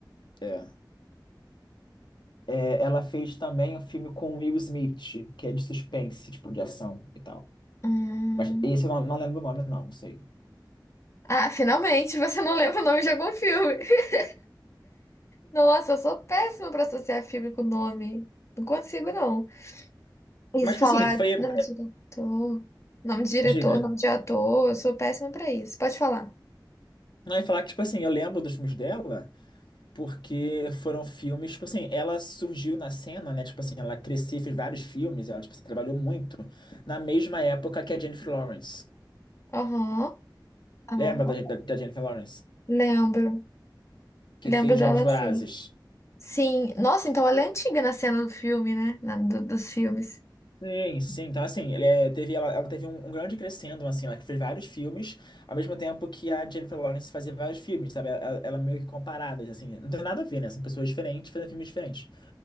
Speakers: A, on the left; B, on the left.
A: É. É, ela fez também um filme com Will Smith, que é de suspense, tipo, de ação e tal.
B: Hum.
A: Mas esse eu não, não lembro o nome, não, não sei.
B: Ah, finalmente você não lembra o nome de algum filme. <laughs> Nossa, eu sou péssima pra associar filme com nome. Não consigo, não. E
A: Mas,
B: falar
A: tipo assim, foi.
B: nome de diretor, nome de diretor,
A: Diga.
B: nome de ator, eu sou péssima pra isso. Pode falar.
A: Não, eu ia falar que, tipo assim, eu lembro dos filmes dela, porque foram filmes, tipo assim, ela surgiu na cena, né? Tipo assim, ela cresceu, fez vários filmes, ela, tipo assim, trabalhou muito, na mesma época que a Jennifer Lawrence.
B: Aham. Ah,
A: Lembra da, da- da Jennifer Lawrence?
B: lembro.
A: Que
B: Lembro
A: fez
B: dela
A: Jogos Vorazes.
B: sim. Sim. Nossa, então ela é antiga na cena do filme, né? Na- do- dos filmes.
A: Sim, sim. Então, assim, ele, é, teve, ela, ela teve um, um grande crescendo, assim, ela que fez vários filmes, ao mesmo tempo que a Jennifer Lawrence fazia vários filmes, sabe? Ela, ela meio que comparadas, assim. Não tem nada a ver, né? São pessoas diferentes, fazendo filmes diferentes.